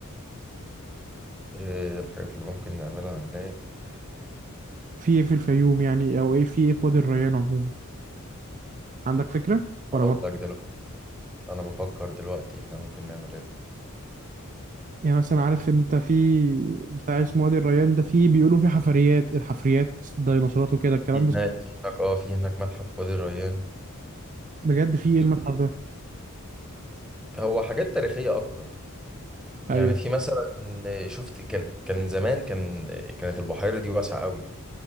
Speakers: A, in the centre; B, on the right (about 35°).
A: ايه الحاجات اللي ممكن نعملها هناك؟
B: في ايه في الفيوم يعني او ايه في ايه في وادي الريان عموما عندك فكرة ولا
A: هقول
B: ما
A: لك دلوقتي انا بفكر دلوقتي احنا ممكن نعمل ايه؟
B: يعني مثلا عارف انت في بتاع اسمه وادي الريان ده في بيقولوا في حفريات الحفريات ديناصورات وكده الكلام
A: في
B: ده
A: هناك في هناك اه في هناك متحف وادي الريان
B: بجد في ايه المتحف
A: في
B: ده
A: هو حاجات تاريخية اكتر يعني
B: ايوه
A: في مثلا شفت كان كان زمان كان كانت البحيرة دي واسعة قوي